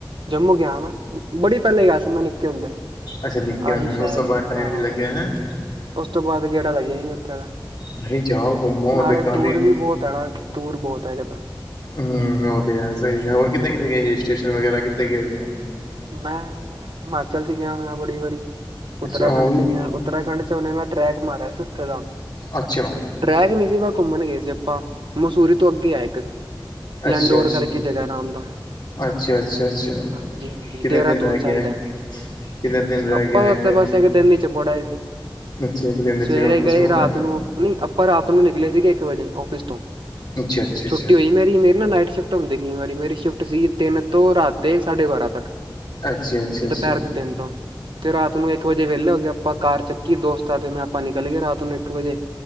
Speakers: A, on the right; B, on the left.
A: ਜੰਮੂ ਗਿਆਂ ਮੈਂ ਬੜੀ ਪਹਿਲੇ ਗਿਆਂ ਸੀ ਮੈਂ ਨਿਕੇ ਹੁੰਦੇ।
B: ਅੱਛਾ ਨਿਕੇਆਂ
A: ਆਹੀ
B: ਹੋਂਦ,
A: ਸ਼ਾਇਦ
B: ਉਸ ਤੋਂ ਬਾਅਦ ਟਾਈਮ
A: ਹਾਂ
B: ਨੀਂ ਲਗਿਆਂ ਹੈ।
A: ਉਸ ਤੋਂ ਬਾਅਦ ਗੇੜਾਂ ਲਗਿਆ ਈ ਨੀ ਉੱਥੇ ਦਾ।
B: ਨਹੀਂ ਜਾਓ ਘੁੰਮੋ
A: ਨਾਲੇ
B: ਤੇ ਕਾਫੀ
A: ਦੂਰ ਵੀ ਬਹੁਤ ਹੈ ਨਾ ਦੂਰ ਬਹੁਤ ਹੈਗਾ ਤਾਂ।
B: ਹਮ ਉਹ ਤੇ ਸਹੀ ਗਲ, ਹੋਰ ਕਿੱਥੇ ਕਿਥੇ ਗਏ ਸੀ ਸਟੇਸ਼ਨ ਵਗ਼ੈਰਾ ਕਿੱਥੇ ਗਏ ਹੋ
A: ਮੈਂ ਏ--ਹਿਮਾਚਲ ਚ ਗਿਆ ਹੋਇਆ ਬੜੀ ਵਾਰੀ। ਉੱਤਰਾਖੰਡ
B: ਅੱਛਾ ਉਹ ਵੀ
A: ਚ ਗਿਆਂ ਉੱਤਰਾਖੰਡ ਚ ਉਹਨੇਂ ਮੈਂ ਟ੍ਰੈਕ ਮਾਰਿਆਂ ਸੀ ਉੱਥੇ ਦਾ।
B: ਅੱਛਾ
A: ਟਰੈਕ ਨਹੀਂ ਸੀਮਾ, ਘੁੰਮਣ ਗਏ ਸੀ ਆਪਾਂ ਮਸੂਰੀ ਤੋਂ ਅੱਗੇ ਹੈ ਇੱਕ। ਲੈਂਡੋਰ
B: ਅੱਛਾ ਅੱਛਾ
A: ਕਰਕੇ ਜਗਾ ਨਾਮ ਦਾ,
B: ਅੱਛਾ ਅੱਛਾ ਅੱਛਾ
A: ਹਾਂਜੀ- ਹਾਂਜੀ।
B: ਕਿੰਨੇ
A: ਦੇਹਰਾਦੂਨ
B: ਦਿਨ ਰਹਿ
A: ਸਾਈਡ
B: ਗਿਆ
A: ਹੈ।
B: ਕਿੰਨੇ ਦਿਨ ਰਹਿ
A: ਆਪਾਂ
B: ਗਿਆ
A: ਤਾ
B: ਹੈ
A: ਉਥੇ
B: ਫਿਰ
A: ਬਸ ਇਕ ਦਿਨ ਚ ਮੁੜ ਆਏ ਸੀ।
B: ਅੱਛਾ ਇੱਕ ਦਿਨ
A: ਸਵੇਰੇ
B: ਚ ਵਾਪਸ
A: ਗਏ
B: ਮੁੜ
A: ਰਾਤ
B: ਆਏ
A: ਨੂੰ। ਨਹੀਂ ਆਪਾਂ ਰਾਤ ਨੂੰ ਨਿਕਲੇ ਸੀਗੇ ਇੱਕ ਵਜੇ, ਓਫਿਸ ਤੋਂ,
B: ਅੱਛਾ ਅੱਛਾ
A: ਛੁੱਟੀ
B: ਅੱਛਾ
A: ਹੋਈ ਮੇਰੀ, ਮੈ ਨਾ ਨਾਈਟ ਸ਼ਿਫਟ ਹੁਂਦੀ ਕਈ ਵਾਰੀ ਮੇਰੀ ਸ਼ਿਫਟ ਸੀਗੀ ਤਿੰਨ ਤੋਂ ਰਾਤ ਦੇ ਸਾਢੇ ਬਾਰਾਂ ਤੱਕ।
B: ਅੱਛਾ ਅੱਛਾ। ਅੱਛਾ
A: ਦੁਪਹਿਰ ਦੇ ਤਿੰਨ ਤੋ। ਤੇ ਰਾਤ ਨੂੰ ਇੱਕ ਵਜੇ ਵੇਲੇ ਹੋ ਗਏਵ ਆਪਾਂ ਕਾਰ ਚੱਕੀ ਦੋਸਤਾਂ ਤੇ ਮੈਂ ਆਪਾਂ ਨਿਕਲ ਗਏ ਰਾਤ ਨੂੰ ਇੱਕ ਵਜੇ।